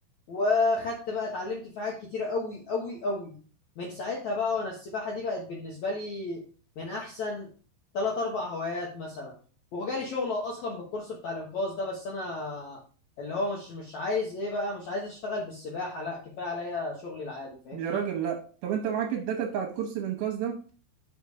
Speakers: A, on the left (about 65°); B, on the right (about 70°).
A: وخدت بقى اتعلمت في حاجات كتيره قوي قوي قوي من ساعتها بقى وانا السباحه دي بقت بالنسبه لي من احسن ثلاث اربع هوايات مثلا وجالي شغل اصلا بالكورس بتاع الانقاذ ده بس انا اللي هو مش مش عايز ايه بقى مش عايز اشتغل بالسباحه لا كفايه عليا شغلي العادي فاهمني
B: يا راجل لا طب انت معاك الداتا بتاعت كرسي الانقاذ ده